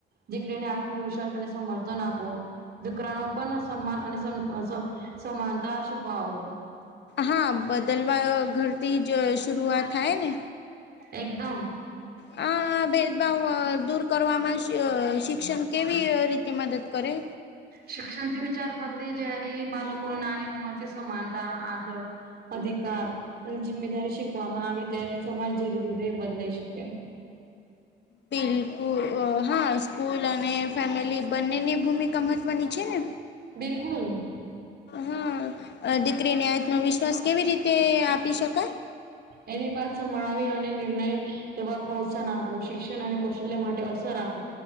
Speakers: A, on the right; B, on the left.
A: દીકરીને આત્મવિશ્વાસ અને સમર્થન આપો. દીકરાનો પણ સમાન અને સમાનતા શીખવાવો.
B: હા બદલવા ઘરથી જ શરૂઆત થાય ને.
A: એકદમ.
B: હા ભેદભાવ દૂર કરવામાં અ શિક્ષણ કેવી રીતે મદદ કરે?
A: શિક્ષણથી વિચાર બદલે જયારે બાળકો નાની ઉંમર થી સમાન તા આદર અધિકાર અને જિમ્મેદારી શીખવામાં આવે ત્યારે સમાજ ધીરે ધીરે બદલાઈ શકે.
B: બિલકુલ હા સ્કૂલ અને ફેમિલી બંનેની ભૂમિકા મહત્વની છે ને
A: બિલકુલ.
B: હા દીકરીને આત્મવિશ્વાસ કેવી રીતે આપી શકો
A: એની બાત સંભળાવી અને નિર્ણય લેવા પ્રોત્સાહન આપવું શિક્ષણ અને કૌશલ્ય માટે અસર આપવો.